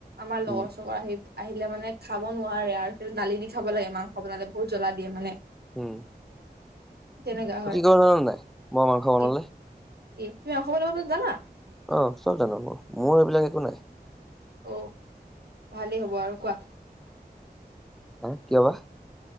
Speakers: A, on the right; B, in the centre.
A: আমাৰ লগৰ
B: উম
A: চগৰ আহি আহিলে মানে খাব নোৱাৰে আৰু সেই দালি দি খাব লাগে মাংস বনালে বহুত জ্বলা দিয়ে মানে
B: উম
A: তেনেকা হয়।
B: ভাল হয় নাই মই মাংস বনালে
A: কি কি তুমি অসম বনাব জানা
B: অঁ চব জানো মোৰ মোৰ এইবিলাক একো নাই-
A: অঁ! ভালেই হ'ব আৰু কোৱা।
B: হা কিয় বা?